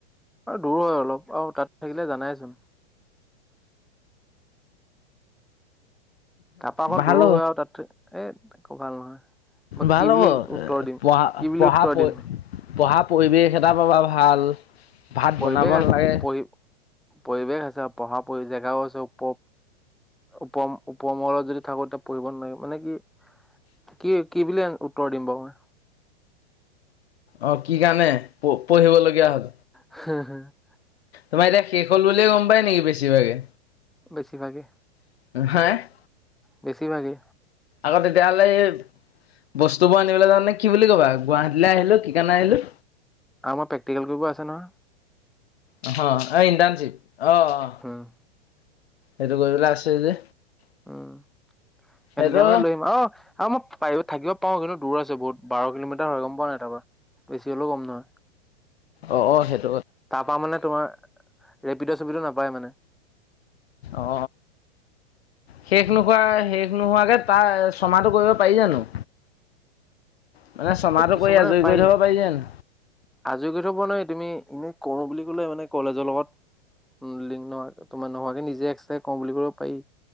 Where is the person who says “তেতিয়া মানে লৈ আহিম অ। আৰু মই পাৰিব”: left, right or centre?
Centre